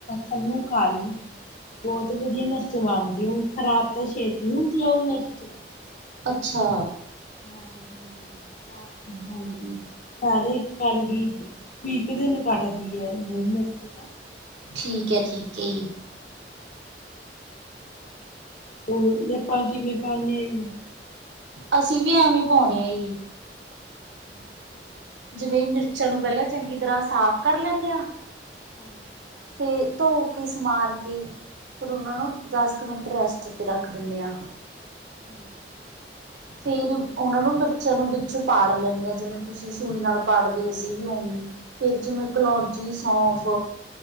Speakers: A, on the left (about 45°); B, on the right (about 80°).
A: ਥਲੋ ਖਾ ਲਈ। ਬਹੁਤ ਵਧੀਆ ਮਿਰਚ ਬਣਦੀ ਉਹ ਖ਼ਰਾਬ ਤਾਂ ਛੇਤੀ ਹੁੰਦੀ ਆ ਉਹ ਮਿਰਚ।
B: ਅੱਛਾ।
A: ਹਾਂਜੀ-ਹਾਂਜੀ ਸਾਰੇ ਕਲਗੀ। ਵੀਹ ਕੁ ਦਿਨ ਕੱਟਦੀ ਹੈ। ਉਹ ਮਿਰਚ ਤਾਂ।
B: ਠੀਕ ਹੈ, ਠੀਕ ਹੈ ਜੀ।
A: ਹੋਰ ਆਪਾਂ ਕਿਵੇਂ ਪਾਂਦੇ ਹਾਂ ਜੀ?
B: ਅਸੀਂ ਵੀ ਐਵੇਂ ਈ ਪਾਉਂਣੇ ਆ ਜੀ।
A: <unintelligible>
B: ਜਿਵੇਂ ਮਿਰਚਾਂ ਨੂੰ ਪਹਿਲਾਂ ਚੰਗੀ ਤਰ੍ਹਾਂ ਸਾਫ਼ ਕਰ ਲੈਂਦੇ ਹਾਂ।
A: ਹਾਂਜੀ।
B: ਫੇਰ ਧੋ ਕੇ ਸਮਾਰ ਕੇ। ਫਿਰ ਉਹਨਾਂ ਨੂੰ ਦਸ ਕੁ ਮਿੰਟ ਰੈਸਟ 'ਤੇ ਰੱਖ ਦਿੰਦੇ ਹਾਂ।
A: ਹਾਂਜੀ <inaudible>
B: ਫੇਰ ਉਹਨਾਂ ਨੂੰ ਮਿਰਚਾਂ ਨੂੰ ਵਿੱਚੋਂ ਪਾੜ ਲੈਂਦੇ ਹਾਂ। ਜਿਵੇਂ ਤੁਸੀਂ ਸੂਈ ਨਾਲ ਪਾੜਦੇ ਹੋ ਸੀ ਵੀ ਉਵੇਂ। ਫਿਰ ਜਿਵੇਂ ਕਲੌਜੀ
A: ਹਾਂ
B: ਸੌਂਫ